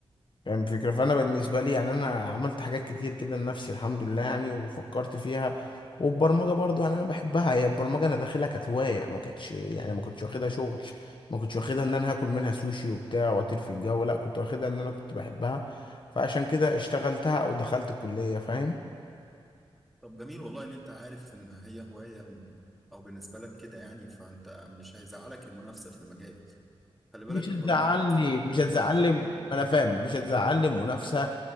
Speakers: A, on the left; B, in the centre.
A: فاهم الفكرة فأنا بالنسبة لي يعني أنا عملت حاجات كتير كده لنفسي الحمد لله يعني وفكرت فيها والبرمجة برضو يعني أنا بحبها هي البرمجة أنا داخلها كانت هواية ما كانتش يعني ما كنتش واخدها شغل ما كنتش واخدها إن أنا هاكل منها سوشي وبتاع وأطير في الجو لا كنت واخدها إن أنا كنت بحبها فعشان كده اشتغلتها أو دخلت الكلية فاهم
B: طب جميل والله ان انت عارف ان هي هوايه م- او بالنسبه لك كده يعني فانت مش هيزعلك المنافسه في المجال خلي بالك
A: مش
B: البرمجه
A: هتزعلني
B: اصلا
A: مش
B: منافستها
A: هتزعلني
B: قويه
A: ما انا فاهم مش هتزعلني منافسه